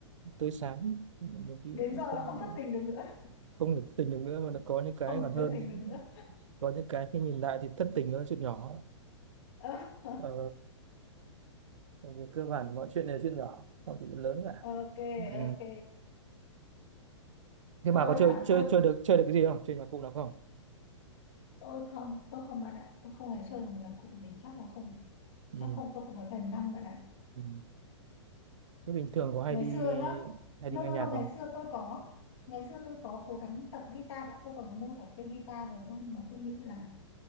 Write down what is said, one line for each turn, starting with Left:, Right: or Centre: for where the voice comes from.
Right: tươi sáng Nhưng mà đôi khi
Left: đến
Right: cũng
Left: giờ
Right: không
Left: là không thất tình được nữa
Right: không được thất tình được nữa mà nó có
Left: <laughs>
Right: những cái
Left: không
Right: còn
Left: thể
Right: hơn
Left: thất tình được nữa
Right: có những cái khi nhìn lại thì thất tình nó là chuyện nhỏ
Left: Ờ, <laughs>
Right: ờ, bởi vì cơ bản mọi chuyện đều chuyện nhỏ không có chuyện lớn cả
Left: ok
Right: ừ.
Left: ok
Right: thế
Left: tôi
Right: bà có chơi
Left: hả
Right: chơi
Left: tôi
Right: chơi được chơi được cái gì không chơi nhạc cụ nào không
Left: tôi không tôi không bạn ạ tôi không hề chơi được một nhạc cụ gì chắc là không
Right: ừ.
Left: chắc không tôi không có tài năng bạn ạ
Right: ừ. Thế bình thường có hay
Left: ngày
Right: đi
Left: xưa nhá
Right: hay
Left: no
Right: đi nghe
Left: no
Right: nhạc
Left: no ngày
Right: không?
Left: xưa tôi có ngày xưa tôi có cố gắng tập guitar đã tôi còn có mua cả cây guitar về không mà tôi nghĩ là